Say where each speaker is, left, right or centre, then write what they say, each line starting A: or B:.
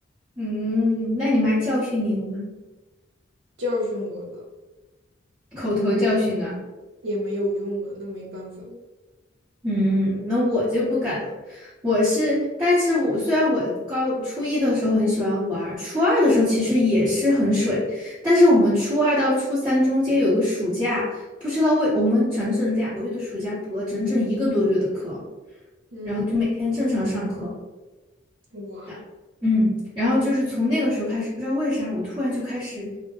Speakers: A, on the right (about 25°); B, on the right (about 75°).
A: 嗯，那你妈教训你了吗？
B: 教训我了，
A: 口头教训啊。
B: 也没有用啊，那没办法。
A: 嗯，那我就不敢了。我是，但是我虽然我高初一的时候很喜欢玩儿，初二的时候其实也是很水，但是我们初二到初三中间有个暑假，不知道为我们整整两个月的暑假补了整整一个多月的课，
B: 嗯，
A: 然后就每天正常上课。
B: 哇
A: 那，嗯，然后就是从那个时候开始，不知道为啥，我突然就开始